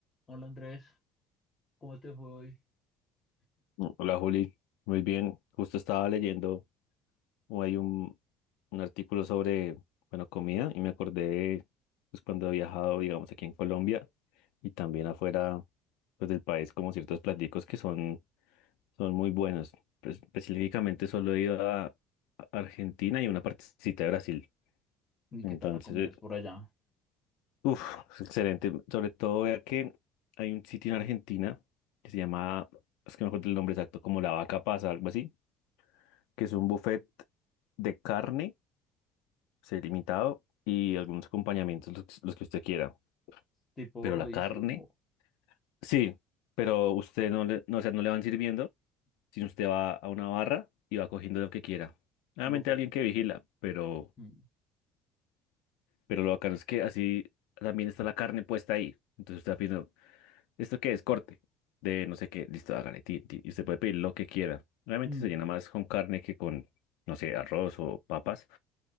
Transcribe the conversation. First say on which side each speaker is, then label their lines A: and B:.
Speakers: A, on the left; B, on the left.
A: Hola Andrés, ¿cómo te fue hoy?
B: Mm, Hola Juli, muy bien. Justo estaba leyendo, o hay un, un artículo sobre, bueno, comida y me acordé, pues cuando he viajado, digamos, aquí en Colombia y también afuera, pues del país, como ciertos platicos que son, son muy buenos. Pues, específicamente solo he ido a a Argentina y una partecita de Brasil.
A: ¿Y
B: Entonces,
A: qué tal la comida es por allá?
B: uff, excelente. Sobre todo, vea que hay un sitio en Argentina que se llama, es que no me acuerdo el nombre exacto, como La Vaca Pasa, algo así que es un buffet de carne, sí, limitado, y algunos acompañamientos, los, los que usted quiera.
A: ¿Tipo
B: Pero
A: rodicio
B: la carne,
A: o
B: sí, pero usted no le, no, o sea, no le van sirviendo, sino usted va a una barra y va cogiendo lo que quiera. Obviamente
A: buffet?
B: alguien que vigila, pero,
A: Mm.
B: pero lo bacano es que así también está la carne puesta ahí. Entonces usted va pidiendo, ¿esto qué es? Corte de no sé qué, listo, hágale, tin, tin", y usted puede pedir lo que quiera. Obviamente
A: Mm.
B: se llena más con carne que con, no sé, arroz o papas